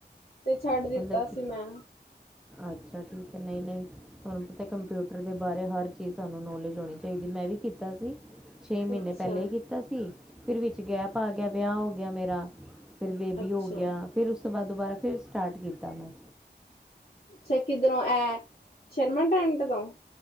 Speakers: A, on the left; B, in the centre.
A: ਤੇ ਛੱਡ
B: ਮਤਲਬ
A: ਦਿੱਤਾ
B: ਕਿ
A: ਸੀ ਮੈਂ।
B: ਅੱਛਾ। ਠੀਕ ਹੈ ਨਹੀਂ- ਨਹੀਂ। ਤੁਹਾਨੂੰ ਪਤਾ ਕੰਪਿਊਟਰ ਦੇ ਬਾਰੇ ਹਰ ਚੀਜ਼ ਸਾਨੂੰ ਨੌਲੇਜ ਹੋਣੀ ਚਾਈਦੀ ਮੈਂ ਵੀ ਕੀਤਾ ਸੀ। ਛੇ ਮਹੀਨੇ
A: ਅੱਛਾ-ਅੱਛਾ
B: ਪਹਿਲੇ ਹੀ ਕੀਤਾ ਸੀ ਫਿਰ ਵਿੱਚ ਗੈਪ ਆ ਗਿਆ ਵਿਆਹ ਹੋ ਗਿਆ ਮੇਰਾ ਫਿਰ ਬੇਬੀ
A: ਅੱਛਾ
B: ਹੋ ਗਿਆ ਫਿਰ ਉਸ ਤੋਂ ਬਾਅਦ ਦੁਬਾਰਾ ਫਿਰ ਸਟਾਰਟ ਕੀਤਾ ਮੈਂ।
A: ਅੱਛਾ ਕਿੱਧਰੋਂ ਐ ਸ਼ਰਮਾ ਟਰੈਂਟ ਤੋਂ।